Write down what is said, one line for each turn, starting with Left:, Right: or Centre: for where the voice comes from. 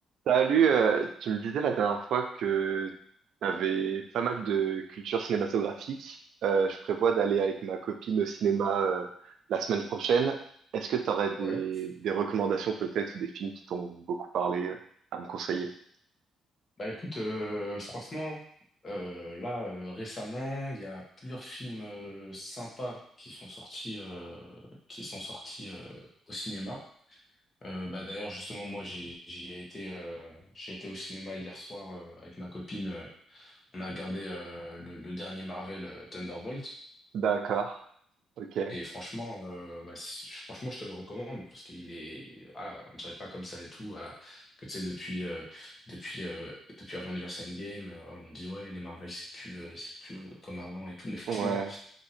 Right: Salut, euh, tu me disais la dernière fois que tu avais pas mal de culture cinématographique. Euh, je prévois d'aller avec ma copine au cinéma euh, la semaine prochaine. Est-ce que tu aurais
Left: Ouais.
Right: des, des recommandations peut-être ou des films qui t'ont beaucoup parlé euh, à me conseiller?
Left: Bah écoute, euh, franchement, euh, là euh, récemment, il y a plusieurs films euh, sympas qui sont sortis, euh, qui sont sortis euh, au cinéma. Euh, bah d'ailleurs justement moi j'ai j'y ai été, euh, j'ai été au cinéma hier soir euh, avec ma copine. euh, on a regardé euh, le, le dernier Marvel euh, Thunderbolt.
Right: D'accord. Ok.
Left: Et franchement, euh, bah, si- franchement, je te le recommande parce qu'il est, voilà, on dirait pas comme ça et tout. voilà. que tu sais, depuis, euh, depuis, euh, depuis Avengers Endgame, euh, voilà, on dit ouais, les Marvel, c'est plus, euh, c'est plus euh, comme avant et tout. Mais franchement,
Right: Ouais.